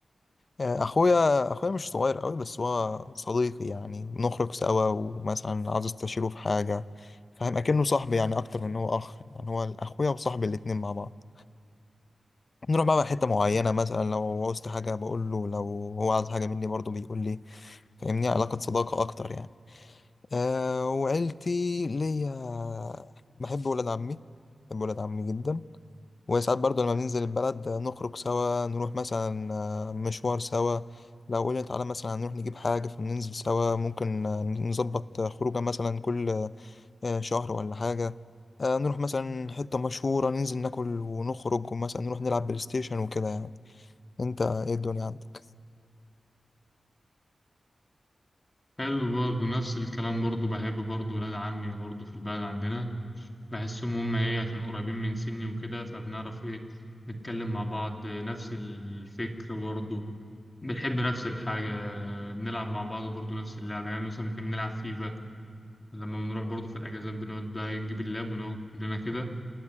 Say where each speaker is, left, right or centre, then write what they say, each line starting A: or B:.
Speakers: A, on the left (about 50°); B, on the left (about 25°).
A: آه، اخويا اخويا مش صغير قوي بس هو صديقي يعني بنخرج سوا ومثلا عاوز استشيره في حاجه فاهم اكنه صاحبي يعني اكتر من إن هو اخ يعني هو اخويا وصاحبي الاتنين مع بعض نروح بقى حته معينه مثلا لو عاوزت حاجه بقول له لو هو عايز حاجه مني برضه بيقول لي فاهمني علاقه صداقه اكتر يعني أه وعيلتي ليا بحب ولاد عمي بحب ولاد عمي جدا وساعات برضو لما بننزل البلد آه، نخرج سوا نروح مثلا آه، مشوار سوا لو قلنا تعالى مثلا هنروح نجيب حاجة فننزل سوا ممكن آه، نظبط آه، خروجة مثلا كل آه، شهر ولا حاجة آه، نروح مثلا حتة مشهورة ننزل ناكل ونخرج ومثلا نروح نلعب بلاي ستيشن وكده يعني انت ايه الدنيا عندك
B: حلو برضه نفس الكلام برضه بحب برضه ولاد عمي برضه في البلد عندنا بحسهم هم ايه عشان قريبين من سني وكده فبنعرف ايه نتكلم مع بعض نفس الفكر برضه بنحب نفس الحاجة بنلعب مع بعض برضه نفس اللعبة يعني مثلا بنحب نلعب فيفا لما بنروح برضه في الأجازات بنقعد بقى نجيب اللاب ونقعد كلنا كده